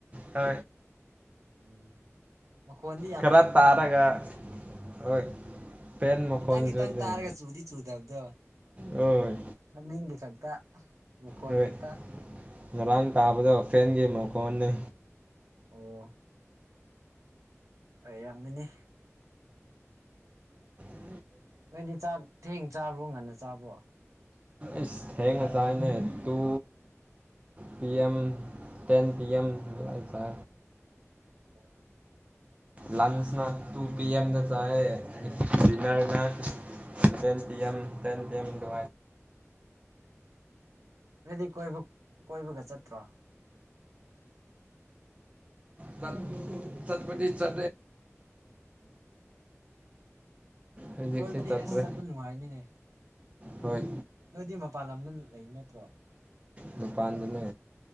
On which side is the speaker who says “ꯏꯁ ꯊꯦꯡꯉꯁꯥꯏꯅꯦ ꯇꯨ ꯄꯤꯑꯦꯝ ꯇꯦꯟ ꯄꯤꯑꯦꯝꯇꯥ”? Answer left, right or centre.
Right